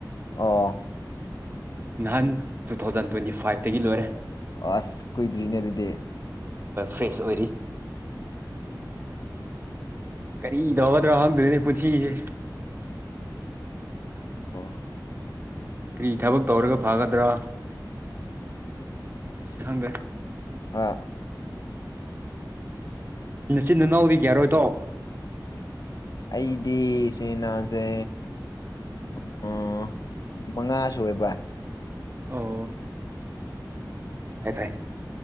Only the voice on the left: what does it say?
ꯑ
ꯑꯁ ꯀ ꯗ꯭ꯅꯦ ꯑꯗꯨꯗ
ꯑ
ꯑ
ꯑꯩꯗꯤ ꯆꯦꯅꯥꯁꯦ ꯎ ꯃꯉꯥꯁꯨꯣꯏꯕ꯭ꯔꯥ